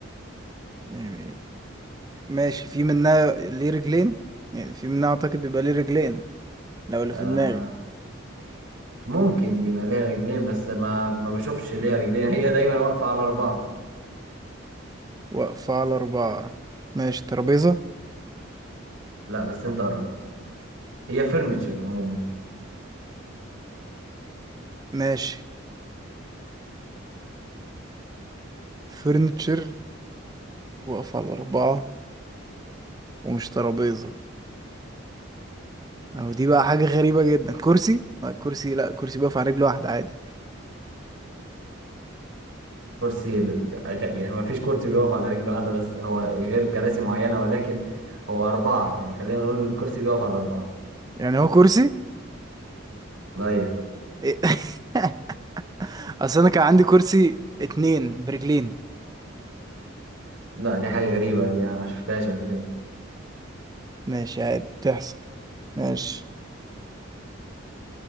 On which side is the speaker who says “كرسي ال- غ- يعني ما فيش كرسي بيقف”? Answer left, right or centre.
Right